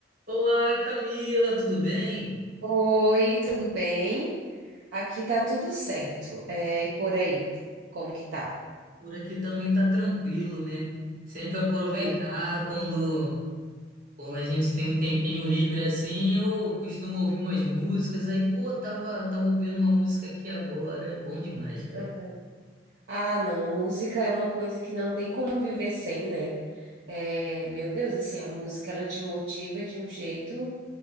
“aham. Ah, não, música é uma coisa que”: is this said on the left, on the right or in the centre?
Right